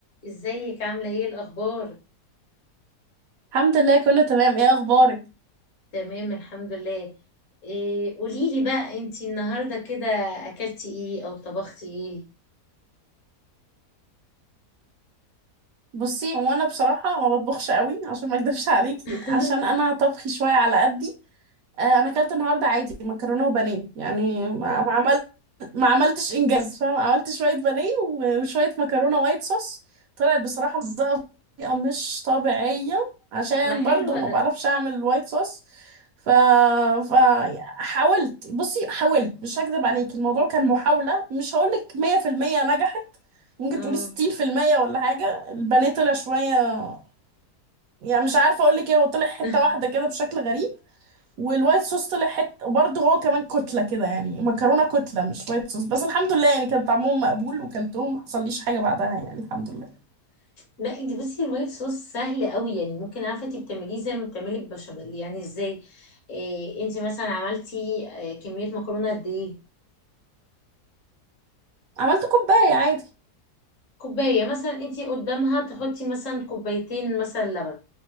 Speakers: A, on the left; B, on the right.
A: ازيك عاملة ايه الأخبار؟
B: الحمد لله كله تمام ايه اخبارك
A: تمام الحمد لله إيه قوليلي بقى انتي النهاردة كده أكلتي ايه أو طبختي ايه؟
B: بصي هو انا بصراحه ما بطبخش قوي عشان ما اكدبش عليكي
A: <laughs>
B: عشان انا طبخي شويه على قدي آه، انا اكلت النهارده عادي مكرونه وبانيه يعني ما ما ما عملتش انجاز فاهم عملت شويه بانيه و- وشويه مكرونه وايت صوص طلعت بصراحه مزقه بطريقه مش طبيعيه عشان
A: ما حلوة
B: برضو ما
A: ده
B: بعرفش اعمل الوايت صوص ف... ف حاولت بصي حاولت مش هكذب عليك الموضوع كان محاوله مش هقولك 100% نجحت ممكن
A: اه
B: تقولي 60% ولا حاجه البانيه طلع شويه يعني مش عارفه اقولك ايه هو طلع حته
A: <laughs>
B: واحده كده بشكل غريب والوايت صوص طلع حته وبرضه هو كمان كتله كده يعني مكرونه كتله مش وايت صوص بس الحمد لله يعني كان طعمهم مقبول وكلتهم ما حصليش حاجه بعدها يعني الحمد لله
A: لا انتي بصي الوايت صوص سهل قوي يعني ممكن عارفة انتي بتعمليه زي ما بتعملي البشاميل يعني ازاي؟ إيه انتي مثلا عملتي آه، كمية مكرونة قد ايه؟
B: عملت كوبايه عادي
A: كوباية مثلا انتي قدامها تحطي مثلا كوبايتين مثلا لبن